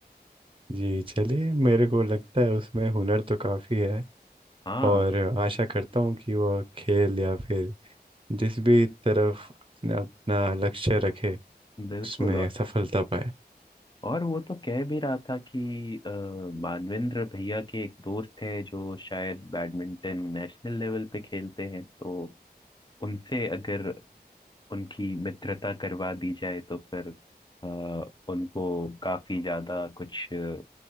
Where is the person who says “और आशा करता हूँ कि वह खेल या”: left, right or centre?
Right